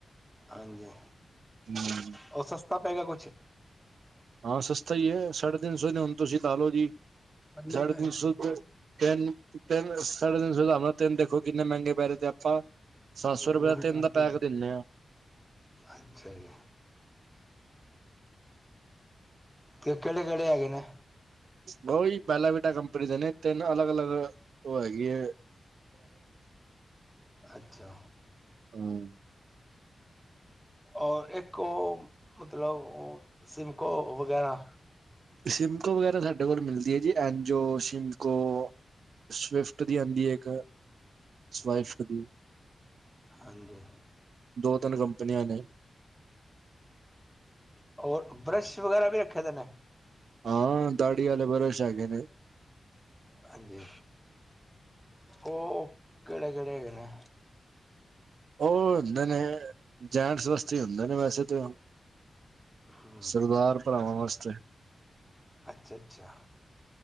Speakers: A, in the centre; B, on the right.
A: ਹਾਂਜੀ,
B: ਹੂੰ।
A: ਉਹ ਸਸਤਾ ਪਏਗਾ ਕੁਛ?
B: ਹਾਂ, ਸਸਤਾ ਹੀ ਏ, ਸਾਢੇ ਤਿੰਨ ਸੌ ਦੇ ਹੁਣ ਤੁਸੀਂ ਲਾ ਲੋ ਜੀ
A: ਪੜਨੇ
B: ਸਾਢੇ
A: ਕਾ
B: ਤਿੰਨ
A: ਹੈ ਇਸਕੇ
B: ਸੌ ਦੇ ਤਿੰਨ, ਤਿੰਨ ਸਾਢੇ ਤਿੰਨ ਸੌ ਦੇ ਹਿਸਾਬ ਨਾਲ ਤਿੰਨ ਦੇ ਦੇਖੋ ਕਿੰਨੇ ਮਹਿੰਗੇ ਪੈ ਰੇ ਤੇ ਆਪਾਂ ਸੱਤ ਸੌ
A: ਉਪਰੋਂ
B: ਰੁਪਏ
A: ਵੀ
B: ਤਿੰਨ
A: ਕਾਟ
B: ਦਾ ਪੈਕ ਦਿੰਨੇ ਹਾਂ।
A: ਅੱਛਾ ਜੀ। ਤੇ ਕੇੜੇ-ਕੇੜੇ ਹੈਗੇ ਨੇ?
B: ਬਾਉ ਜੀ ਬੈਲਾਵੀਟਾ ਕੰਪਨੀ ਦੇ ਨਾ ਤੇਨ ਅਲਗ-ਅਲਗ ਓ ਹੈਗੀ ਏ
A: ਅੱਛਾ।
B: ਹਮ
A: ਔਰ ਏਕ ਓ ਮਤਲਬ ਓ ਸਿਮਕੋ ਵਗੈਰਾ
B: ਸਿਮਕੋ ਵਗੈਰਾ ਸਾਡੇ ਕੋਲ ਮਿਲਦੀ ਏ ਜੀ, ਐਨਜੋ, ਸਿਮਕੋ। ਸਵਿਫਟ ਦੀ ਆੰਦੀ ਏ ਇੱਕ ਸਵਾਇਫਟ ਦੀ।
A: ਹਾਂਜੀ।
B: ਦੋ, ਤਿਨ ਕੰਪਨੀਆਂ ਨੇ।
A: ਔਰ ਬ੍ਰਸ਼ ਵਗੈਰਾ ਵੀ ਰੱਖੇ ਦੇ ਨੇ?
B: ਹਾਂ, ਦਾੜੀ ਆਲੇ ਬ੍ਸ਼ ਹੈਗੇ ਨੇ।
A: ਹਾਂਜੀ, ਓ ਕੇੜੇ-ਕੇੜੇ ਹੈਗੇ ਨੇ?
B: ਓ ਹੁੰਦੇ ਨੇ, ਜੈਂਟਸ ਵਾਸਤੇ ਈ ਹੁੰਦੇ ਨੇ ਵੈਸੇ ਤੇ ਓ।
A: ਹੂੰ
B: ਸਰਦਾਰ ਭਰਾਵਾਂ ਵਾਸਤੇ।
A: ਅੱਛਾ ਅੱਛਾ,